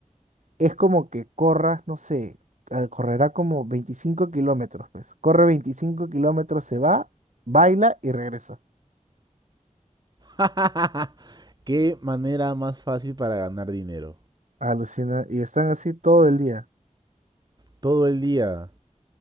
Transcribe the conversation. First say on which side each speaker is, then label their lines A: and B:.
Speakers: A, on the right (about 65°); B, on the right (about 30°).
A: Es como que corras, no sé, eh, correrá como 25 kilómetros, pues. Corre 25 kilómetros, se va, baila y regresa.
B: <laughs> Qué manera más fácil para ganar dinero.
A: Alucina, y están así todo el día.
B: Todo el día